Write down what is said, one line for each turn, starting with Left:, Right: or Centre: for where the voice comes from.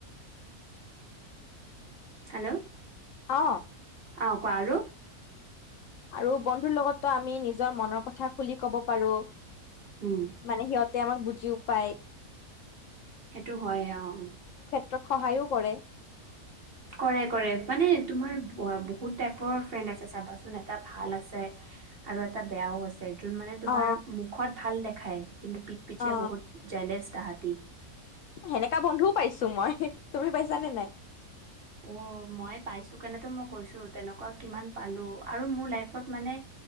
Right: হেল্লো'
Left: অ
Right: অ কোৱা আৰু
Left: আৰু বন্ধুৰ লগত ত আমি নিজৰ মনৰ কথা খুলি কব পাৰো
Right: উম,
Left: মানে সিহঁতে আমাক বুজি বুজিও পাই
Right: সেইটো হয় অ'
Left: ত্ৰত সহায়ো কৰে।
Right: কৰে কৰে মানে তোমাৰ বহুত টাইপৰ ফ্ৰেণ্ড আছে চাবাচোন এটা ভাল আছে আৰু এটা বেয়াও আছে। যোন মানে তোমাৰ
Left: অ
Right: মুখত ভাল দেখ খাই কিন্তু পিত পিছে
Left: অ
Right: বহুত জেলেছ। তাহতি
Left: সেনেকা বন্ধু পাইছো মই তুমি পাইছানে নে নাই?
Right: অ' মই পাইছো কানেতো মই কৈছো তেনেকুৱা কিমান পালো আৰু মোৰ লাইফত মানে